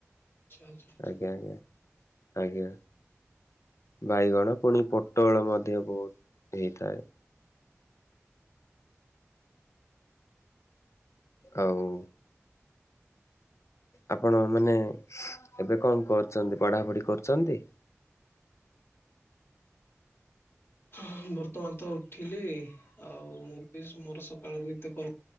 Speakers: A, on the left; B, on the left.
A: ଆଚ୍ଛା ଆଚ୍ଛା
B: ଆଜ୍ଞା ଆଜ୍ଞା ଆଜ୍ଞା। ବାଇଗଣ ପୁଣି ପୋଟଳ ମଧ୍ୟ ବହୁତ ହେଇଥାଏ। ଆଉ ଆପଣ ମାନେ ଏବେ କଣ କରୁଚନ୍ତି ପଢାପଢି କରୁଚନ୍ତି?
A: ନାଇ ବର୍ତ୍ତମାନ ତ ଉଠିଲି ଆଉ ମୁଁ ବି ମୋର ସକାଳ ନିର୍ତ କର୍ମ